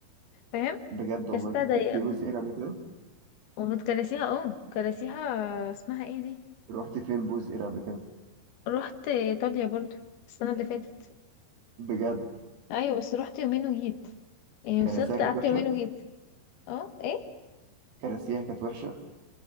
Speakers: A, on the left; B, on the right.
A: فاهم
B: بجد والله
A: يا ستة
B: انت
A: ضيقة
B: كنت بوز اير قبل كده
A: ومن كراسيها اه كراسيها اسمها ايه دي
B: رحت فين بوز اير قبل كده
A: رحت ايطاليا برضو السنه اللي فاتت
B: بجد
A: ايوه بس رحت يومين وجيت يعني
B: كراسيها
A: وصلت
B: كانت
A: قعدت
B: وحشه
A: يومين وجيت اه ايه
B: كراسيها كانت وحشه